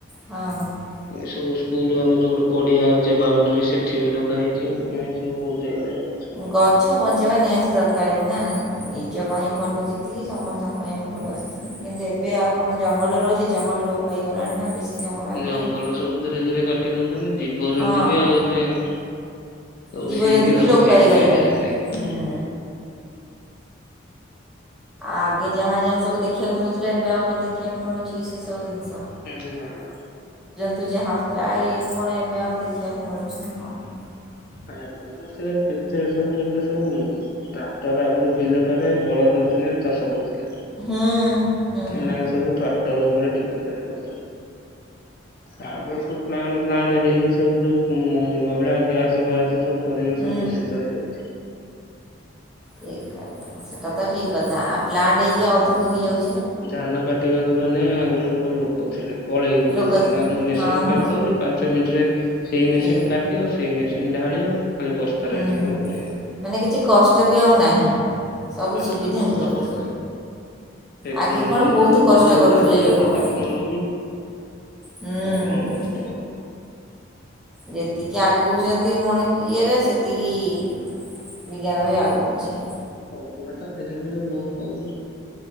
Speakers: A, in the centre; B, on the left.
A: ହଁ
B: ଏସବୁ- ସ୍କୁଲ, ଆମ ଯୋଉ ଗୋଟେ ପଡିଆ ଅଛି ୲ ବାଉଣ୍ଡ୍ରୀ, ସେଠି ବି ଲଗା ହେଇଛି ୲ଏ ସବୁ ବହୁତ, ଜାଗା
A: ଗଛ, ବଞ୍ଚେଇବା ନିହାତି, ଦରକାର ବି ନା ୲ ନିଜ ପାଇଁ, ଭଲ ଯେତିକି, ସମସ୍ତେ ତା ପାଇଁ, ବି ଭଲ ସେଥିକି ୲ କିନ୍ତୁ, ଏବେ ଆଉ କଣ, ଜଙ୍ଗଲରେ ରହୁଛି? ଜଙ୍ଗଲ, ଲୋପ ପାଇ ଗଲାଣି, ନା ବେଶୀ୲ ଜଙ୍ଗଲ ଆଉ
B: ଜଙ୍ଗଲ
A: କାହିଁ
B: ସବୁ, ଧୀରେ, ଧୀରେ କାଟି ଦଉ ମାନେ ଜୀବ,
A: ହଁ
B: ଜନ୍ତୁ ବି ଆଉ ଏତେ ୲ସବୁ
A: ଜୀବଜନ୍ତୁ
B: ସିଏ ବି, ଲୋପ ପାଇ
A: ପାଇଗଲାଣି
B: ଯିବେ ଧୀରେ, ଧୀରେ ୲
A: ହୁଁ ଆଗେ ଯାହା, ଯାହା ସବୁ ଦେଖିବାକୁ ମିଳୁଥିଲା ୲ଏବେ ଆଉ କଣ, ଦେଖିବାକୁ ମିଳୁଛି କି, ସେ ସବୁ ଜିନିଷ?
B: ହୁଁ, ହୁଁ-
A: ତୁ ଯାହା, ଯା ଏଇ କୁନେ, କଣ ଏବେ ଆଉ, ଦେଖିବାକୁ ମିଳୁଛି ନା, କଣ?
B: ଆଗରୁ ସେ କେତେ, ସବୁ ଏବେ ସବୁ, ଟ୍ରାକ୍ଟର ଆଗରୁ ବିଲରେ ବଳଦ, ଥିଲେ ଚାଷ କରୁ ଏ,
A: ହୁଁ ହୁଁ
B: ନା ସବୁ ଟ୍ରାକ୍ ଟର, ଉପରେ ଡିପେଣ୍ଡେଟ, କରୁ ତା ପରେ, ସବୁ ପ୍ଲାଣ୍ଟ, ଫ୍ଲାଣ୍ଟ ହେଇକି ସବୁ ଯଉ, ମଇଳା, ଗ୍ୟାସ୍ ସଭ, ସବୁ- ପରିବେଶ
A: ହୁଁ
B: ଦୂଷିତ, ହେଇଯାଉଛି ୲
A: ସେଟା ତ, ଠିକ୍ କଥା ୲ ଆ, ପ୍ଲାଣ୍ଟ ଏରିଆ, ଅଧିକ ହେଇଯାଉଛି ୲
B: ଧାନ, କାଟିବାକୁ ମାନେ, ଆଗରୁ ସବୁ ଲୋକ, ଥିଲେ ୲ କଳେଇ, ବହୁଥିଲେ
A: ଲୋକ ଥିଲେ
B: ୲ ଏ, ନା ମେସିନ
A: ହଁ ହଁ
B: କାଟି ଦଉଛି ୲ପାଞ୍ଚ ମିନିଟ ରେ, ସେଇ ମେସିନ
A: ଠିକ୍
B: କାଟିବ ୲ ସେଇ, ମେସି ଢାଳିବ- ଖାଲି ବସ୍ତାରେ
A: ହୁଁ
B: ଆଣିକି ତମେ ପୁରେଇବ।
A: ମାନେ କିଛି କଷ୍ଟ ବି ଆଉ ନାହିଁ। ସବୁ
B: ଏ
A: ସୁବିଧା
B: ତ କଷ୍ଟ
A: ହେଇଯାଉଛି
B: ପଡୁନି ଟେକ୍ନୋଲୋଜି
A: ଆଗେ କ'ଣ ବହୁତ
B: ଦିନକୁ
A: କଷ୍ଟ
B: ଦିନ
A: କରୁଥିଲେ
B: ବାହାରି ଯାଉଚି
A: ଲୋକମାନେ
B: ଟେକ୍ନୋଲୋଜି
A: ହୁଁ
B: ଆଉ କଣ କଷ୍ଟ ହବନି
A: ଯେତିକି ଆଗଉଛନ୍ତି ମଣି ଇଏରେ ସେତିକି ବିଜ୍ଞାନ ବି ଆଗଉଚି।
B: ସଭିଧତା ଧୀରେ ଧୀରେ ଲ ପାଉବ।